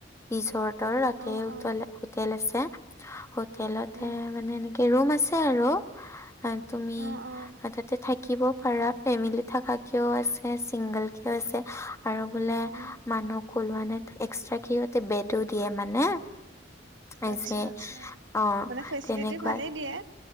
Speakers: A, on the left; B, on the right.
A: ৰিজৰ্টৰ তাতে
B: অঁ
A: উতালে
B: অঁ
A: হোটেল আছে হোটেলতে
B: উম
A: মানে এনেকে ৰুম আছে আৰু। বা তুমি
B: অঁ অঁ
A: তাতে থাকিব পাৰা। ফেমেলি থকা কেও আছে চিংগল কেও আছে আৰু বোলে
B: উম
A: মানুহ কলোৱা নাই এক্সটাকে সিহঁতে বেডো দিয়ে মানে এই
B: আচ্ছা
A: যে
B: আচ্ছা
A: অহ
B: মানে ফেচিলিটি
A: তেনেকুৱাই
B: ভালেই দিয়ে